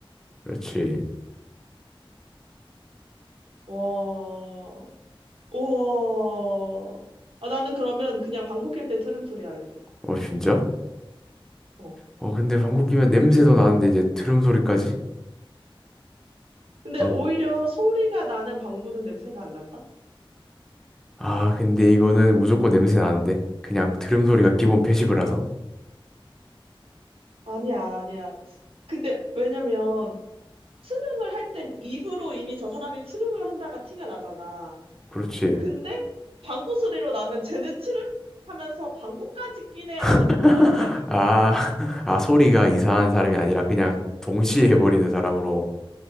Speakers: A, in the centre; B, on the right.
A: 그렇지.
B: 와, 우와. 아, 나는 그러면 그냥 방구 낄 때 트름 소리 할래.
A: 어, 진짜?
B: 어.
A: 어, 근데 방구 끼면 냄새도 나는데 이제 트름 소리까지?
B: 근데
A: 어,
B: 오히려 소리가 나는 방구는 냄새가 안 난다?
A: 아, 근데 이거는 무조건 냄새 나는데? 그냥 들음 소리가 기본 패시브라서?
B: 아니야, 아니야. 근데 왜냐면 트름을 할 땐 입으로 이미 저 사람이 트름을 한다가 티가 나잖아.
A: 그렇지.
B: 근데 방구 소리로 나면 쟤는 트름 하면서 방구까지 끼네라는
A: <laughs>
B: 생각을 하지 않을까?
A: 아, 아, 소리가 이상한 사람이 아니라 그냥 동시에 해버리는 사람으로.